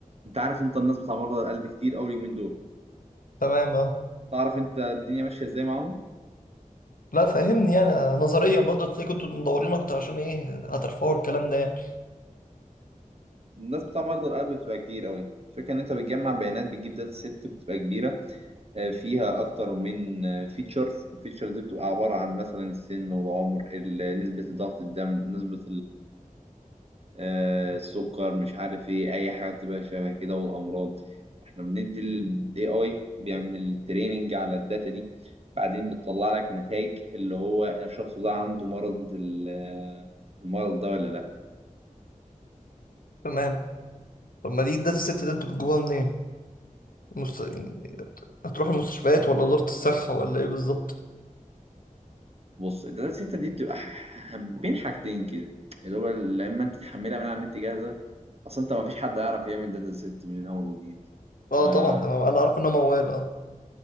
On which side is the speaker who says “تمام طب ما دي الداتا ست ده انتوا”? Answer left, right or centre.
Left